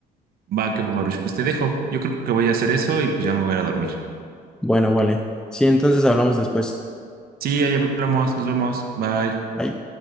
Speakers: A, on the right; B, in the centre.
A: Va, que va, Baruch, pues te dejo. Yo creo que voy a hacer eso y pues ya me voy a ir a dormir.
B: Bueno, vale. Sí, entonces hablamos después.
A: Sí, ahí hablamos, nos vemos, bye.
B: Bye.